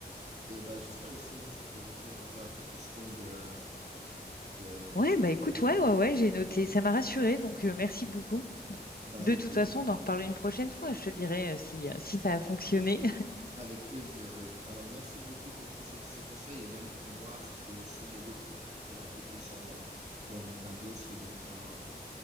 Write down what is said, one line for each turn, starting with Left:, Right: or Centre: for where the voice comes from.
Right: Et bah, j'espère aussi, moi, j'ai pu répondre un peu à ta question de, de,
Left: Ouais,
Right: bah,
Left: bah écoute,
Right: de point abordé.
Left: ouais, ouais, ouais, j'ai noté. Ça m'a rassurée, donc euh, merci beaucoup.
Right: Bah,
Left: De
Right: avec
Left: toute
Right: plaisir.
Left: façon, on en reparle une prochaine fois. Je te dirai euh, si, euh, si ça a fonctionné.
Right: Avec plaisir, oui. Alors, merci beaucoup pour tous ces, ces conseils. Et même pour moi, ça peut aussi m'aider pour, pour appliquer ça dans, dans ma vie aussi. Donc, un,